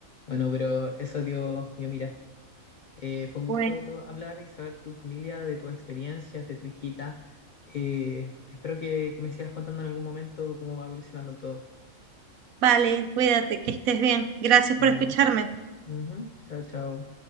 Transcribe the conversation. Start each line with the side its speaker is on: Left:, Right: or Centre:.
Left: Bueno, pero eso dio, dio mira. Eh, fue un
Right: bueno,
Left: gusto hablar y saber tu familia, de tus experiencias, de tu hijita. Eh, espero que, que me sigas contando en algún momento cómo va evolucionando todo.
Right: vale, cuídate, que estés bien. Gracias
Left: Chao.
Right: por escucharme.
Left: Ujú. Chao, chao.